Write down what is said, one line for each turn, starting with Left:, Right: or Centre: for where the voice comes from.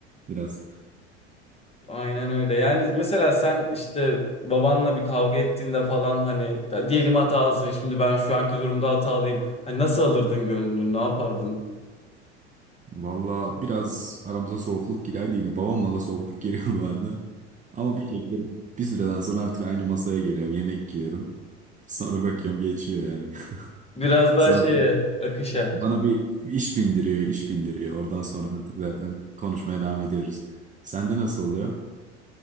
Right: biraz.
Left: Aynen öyle. Yani mesela sen işte babanla bir kavga ettiğinde falan hani da- diyelim hatalısın. Şimdi ben şu anki durumda hatalıyım. Hani nasıl alırdın gönlünü, ne yapardın?
Right: Valla biraz aramıza soğukluk girerdi yine. Babamla da soğukluk geliyor <laughs> bu arada. Ama bir şekilde bir süreden sonra artık aynı masaya geliyorum, yemek yiyorum. Sonra bakıyorum geçiyor yani.
Left: Biraz
Right: <laughs>
Left: daha
Right: Sonra
Left: şeye, akışa.
Right: bana bir iş bindiriyor, iş bindiriyor. Oradan sonra artık zaten konuşmaya devam ediyoruz. Sende nasıl oluyor?